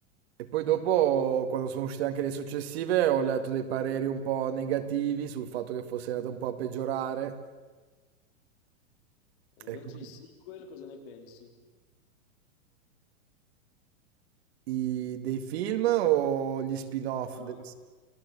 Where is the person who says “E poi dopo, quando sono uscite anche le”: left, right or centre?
Right